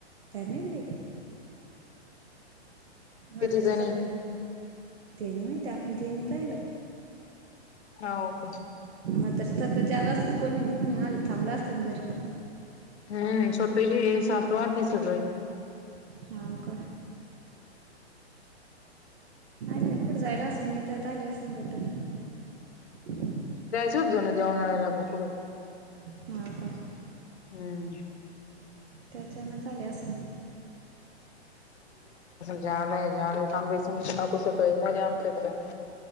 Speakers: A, on the right; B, on the left.
A: काय माहिती बया मात्रच्या
B: किती जणी
A: तेन म <unintelligible> ते आपणनी पाहिलं
B: हो का
A: आ तर तबेत. <unintelligible> जाात असतात कोणी कोणी आले थांबलं असताना घरी <unintelligible>
B: हम्म. तिची सासू आली होती सकाळी
A: हाव का आले पुठे जायला असन येता यता आले असन भेटाला. <unintelligible>
B: तू जणू दे्यान आणळायला ब. <unintelligible>
A: ह का.
B: हम्म.
A: त्याच्या न आले असेल.
B: जा्याद जाद आहे स बेशू सकताले आम सकडे <unintelligible>